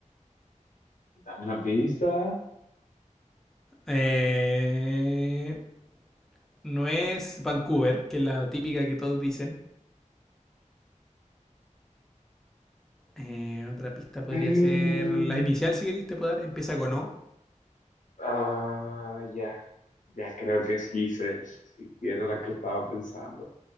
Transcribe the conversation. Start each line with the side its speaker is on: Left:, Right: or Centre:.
Left: Dame una pista.
Centre: Eh, no es Vancouver, que es la típica que todos dicen. Eh, otra pista podría
Left: <gasps> Mm.
Centre: ser la inicial, si queréis, te puedo dar. Empieza con O.
Left: Ah, ya, ya creo que sí sé, si era la que estaba pensando.